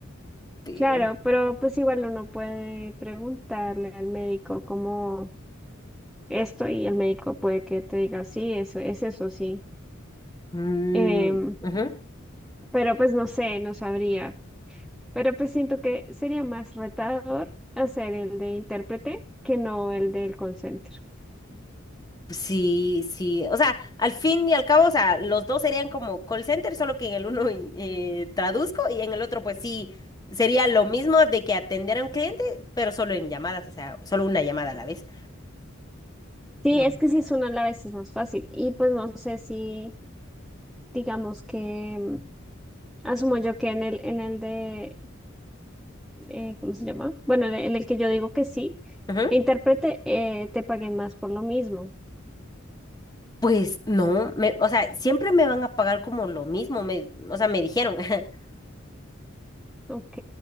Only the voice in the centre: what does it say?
Claro, pero pues igual uno puede preguntarle al médico como esto y el médico puede que te diga, sí, eso es eso, sí.
Em,
pero pues no sé, no sabría. Pero pues siento que sería más retador hacer el de intérprete que no el del consent.
Sí,
es que sí es una a veces más fácil. Y pues no sé si, digamos que, mm, asumo yo que en el, en el de, eh, ¿cómo se llama? Bueno, en el, en el que yo digo que sí,
intérprete, eh, te paguen más por lo mismo.
Ok,